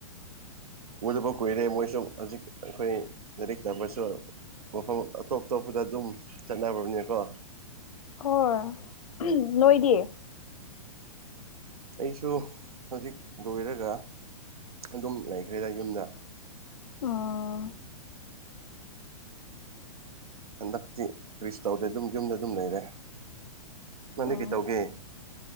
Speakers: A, on the right (about 85°); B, on the left (about 75°).
A: ꯎꯗꯕ ꯀꯨꯏꯔꯦ ꯃꯣꯏꯁꯨ ꯍꯧꯖꯤꯛ ꯑꯩꯈꯣꯏ ꯂꯥꯏꯔꯤꯛ ꯇꯝꯃꯁꯨ ꯃꯐꯝ ꯑꯇꯣꯞ ꯑꯇꯣꯞꯄꯗ ꯑꯗꯨꯝ ꯆꯠꯅꯕꯅꯤꯀꯣ
B: ꯍꯣꯏ ꯅꯣꯏꯗꯤ
A: ꯑꯩꯁꯨ ꯍꯧꯖꯤꯛ ꯂꯣꯏꯔꯒ ꯑꯗꯨꯝ ꯂꯩꯈ꯭ꯔꯦꯗ ꯌꯨꯝꯗ
B: ꯑꯥꯑ
A: ꯍꯟꯗꯛꯇꯤ ꯀꯔꯤꯁꯨ ꯇꯧꯗꯦ ꯑꯗꯨꯝ ꯌꯨꯝꯗ ꯑꯗꯨꯝ ꯂꯩꯔꯦ ꯅꯥꯪꯗꯤ
B: ꯎꯝ
A: ꯀꯩꯇꯧꯒꯦ